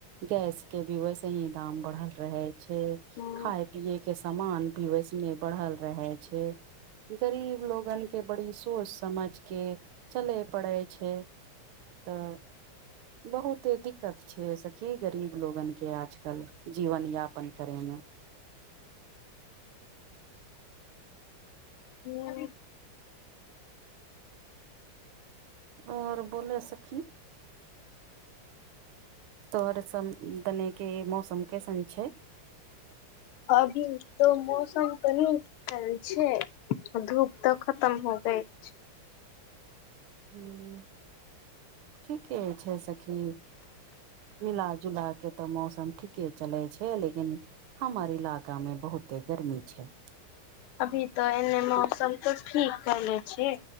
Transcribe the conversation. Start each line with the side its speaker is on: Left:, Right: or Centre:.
Right: गैस के भी वैसे ही दाम बढ़ल रहे छै
Left: हूं
Right: खाय पए के सामान भी वैसने बढ़ल रहे छै गरीब लोगन के बड़ी सोच समझ के चले पड़े छै तऽ बहुते दिक्कत छै सखी गरीब लोगन के आजकल जीवन यापन करैमे
Left: हूंम्म
Right: आओर बोलै सखी तोहर सब देने के मौसम कैसन छै
Left: अभी तऽ मौसम कनी खयल छै धूप तऽ खतम हो गैल छै
Right: हूंम्म ठीके छै सखी मिला जुला के तऽ मौसम ठीके चले छै लेकिन हमर इलाका मे बहुते गर्मी छै
Left: अभी तऽ एने मौसम तऽ ठीक कैले छियै